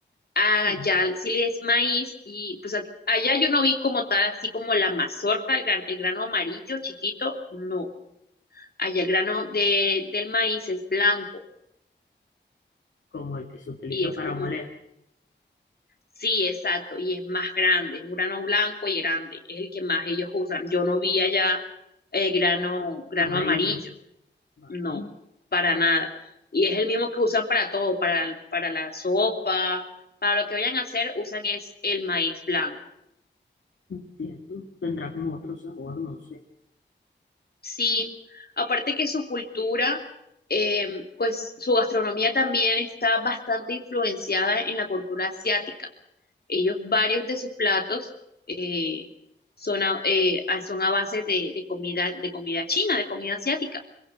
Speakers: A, on the left; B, on the left.
A: Allá
B: Sí,
A: sí es maíz y pues aquí- allá yo no vi como tal, así como la mazorca, el, gran- el grano amarillo chiquito, no. Allá el grano de, del maíz es blanco
B: como el que se utiliza
A: y es
B: para
A: como,
B: moler,
A: sí, exacto, y es más grande, es un grano blanco y grande, es el que más ellos usan. Yo no vi allá eh, grano, grano
B: amarillo.
A: amarillo.
B: Vale,
A: No, para nada. Y es el mismo que usan para todo, para, para la sopa, para lo que vayan a hacer, usan es el maíz blanco.
B: entiendo. Tendrá como otro sabor, no sé.
A: Sí, aparte que su cultura, eh, pues su gastronomía también está bastante influenciada en la cultura asiática. Ellos, varios de sus platos eh, son a, eh, a- son a base de, de comida, de comida china, de comida asiática.